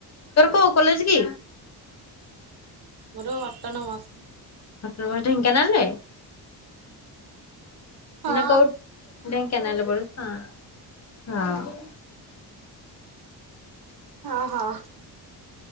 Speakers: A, on the left; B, on the right.
A: ତର କଉ କଲେଜ ଗି?
B: ମୋର ଅଟନମସ।
A: ଅଟମ ଢେଙ୍କାନାଳ ରେ
B: ହଁ
A: ନା କଉଠି? ଢେଙ୍କାନାଳ ରେ ପଢୁ ହଁ ହଁ।
B: ହଁ ହଁ।